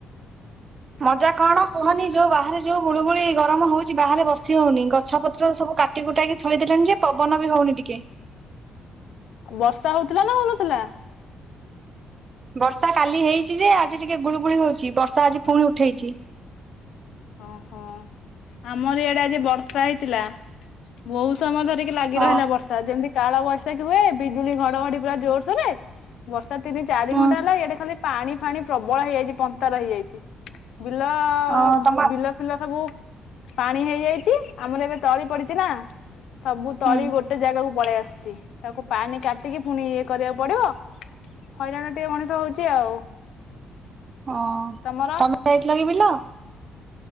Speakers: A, on the right; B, on the left.
A: ମଜା କଣ କୁହନି, ଯୋଉ ବାହାରେ ଯୋଉ ଗୁଳୁଗୁଳି ଗରମ ହଉଛିି ବାହାରେ ବସି ବସି ହଉନି। ଗଛ ପତ୍ର ସବୁ କାଟି କୁଟାକି ଥୋଇଦେଲେଣି ଯେ, ପବନ ବି ହଉନି ଟିକେ।
B: ବର୍ଷା ହଉଥିଲା ନା ହଉନଥିଲା?
A: ବର୍ଷା କାଲି ହେଇଛି ଯେ ଆଜି ଟିକେ ଗୁଳୁଗୁଳି ହଉଛି, ବର୍ଷା ଆଜି ଫୁଣି ଉଠେଇଛି।
B: ହଁ, ହଁ। ଆମର ଇଆଡେ ଆଜି ବର୍ଷା ହେଇଥିଲା। ବହୁ ସମୟ ଧରି ଠିକ୍ ଲାଗି
A: ହଁ
B: ରହିଲା ବର୍ଷା। ଯେମିତି କାଳ ବୈଶାଖୀ ହୁଏ, ବିଜୁଳି ଘଡଘଡି ପୁରା ଜୋରସୋରରେ ବର୍ଷା ତିନି ଚାରି
A: ହୁଁ
B: ଘଣ୍ଟା ହେଲା, ଇଆଡେ ଖାଲି ପାଣି ଫାଣି ପ୍ରବଳ ହେଇଯାଇଛି, ପନ୍ତର ହେଇଯାଇଛି। ବିଲ,
A: ଅ ତମ
B: ବିଲ ଫିଲ ସବୁ ପାଣି ହେଇଯାଇଛି, ଆମର ଏବେ ତଳି ପଡିଚି ନା ସବୁ ତଳି
A: ହୁଁ
B: ଗୋଟେ ଜାଗାକୁ ପଳେଇ ଆସିଚି। ତାକୁ ପାଣି କାଟିକି, ପୁଣି ଇଏ କରିବାକୁ ପଡିବ ହଇରାଣ ଟିକେ ମଣିଷ ହଉଛି ଆଉ।
A: ହଁ,
B: ତମର
A: ତମେ ଯାଇଥିଲ କି ବିଲ?